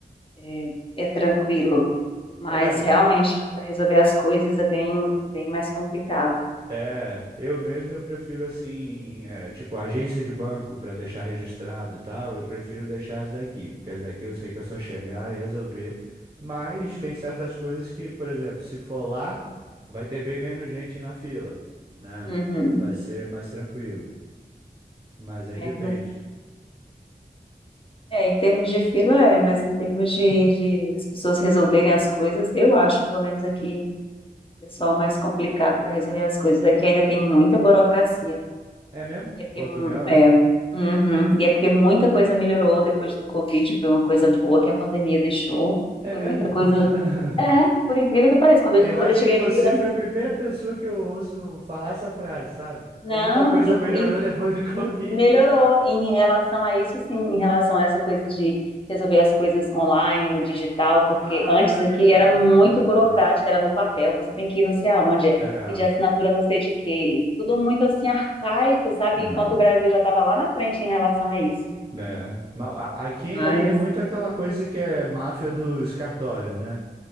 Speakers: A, on the left (about 30°); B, on the right (about 30°).
A: é, é tranquilo. Mas
B: É,
A: realmente, para resolver as coisas é bem, bem mais complicado.
B: é. Eu mesmo eu prefiro assim, é, tipo agência de banco para deixar registrado e tal. Eu prefiro deixar as daqui, porque as daqui eu sei que é só chegar e resolver. Mas
A: Uhum.
B: tem certas coisas que, por exemplo, se for lá, vai ter bem menos gente na fila, né?
A: Uhum.
B: Vai ser mais tranquilo. Mas aí
A: É.
B: depende.
A: É, em termos de fila é, mas em termos de, de as pessoas resolverem as coisas, eu acho, pelo menos aqui, o pessoal mais complicado para resolver as coisas. Aqui ainda tem muita burocracia.
B: É mesmo?
A: E é porque,
B: Portugal,
A: hum, é,
B: é?
A: uhum, e é porque muita coisa melhorou depois do Covid, foi uma coisa boa que a pandemia deixou.
B: É
A: Foi
B: mesmo?
A: muita coisa.
B: <laughs>
A: É, por incrível que pareça, quando eu,
B: Eu
A: quando
B: acho
A: eu cheguei
B: que você
A: aqui, antes,
B: foi a primeira pessoa que eu ouço falar essa frase, sabe?
A: não,
B: Foi Muita coisa melhorou depois do <laughs>
A: N-
B: Covid.
A: Melhorou em relação a isso, sim, em relação a essa coisa de resolver as coisas online, no digital, porque
B: Ah,
A: antes
B: é
A: aqui
B: verdade.
A: era muito burocrático, era no papel, você tem que ir não sei aonde,
B: É,
A: pedir assinatura não sei de quê, e tudo muito assim arcaico, sabe?
B: é,
A: Enquanto o Brasil já estava lá na frente em relação a isso.
B: né? Mas a- Aqui ainda
A: Mas,
B: tem muito aquela coisa que é máfia dos cartórios, né?